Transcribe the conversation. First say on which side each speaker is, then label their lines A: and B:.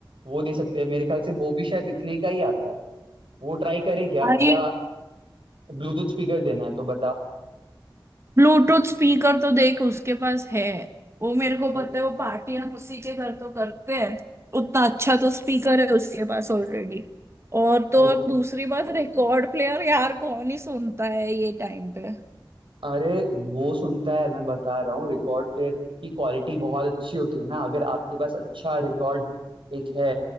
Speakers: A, on the right; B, on the right.
A: वो दे सकते हैं मेरे ख्याल से वो भी शायद इतने का ही आता है वो ट्राई करे क्या
B: भाई
A: या ब्लूटूथ स्पीकर देना है तो बता
B: ब्लूटूथ स्पीकर तो देख उसके पास है वो मेरे को
A: अच्छा,
B: पता है वो पार्टी हम उसी के घर तो करते हैं उतना अच्छा तो स्पीकर है उसके पास ऑलरेडी और तो
A: ओके
B: और दूसरी बात रिकॉर्ड प्लेयर यार कौन ही सुनता है ये टाइम पे
A: अरे वो सुनता है मैं बता रहा हूँ रिकॉर्ड प्लेयर की क्वालिटी बहुत अच्छी होती है ना अगर आपके पास अच्छा रिकॉर्ड एक है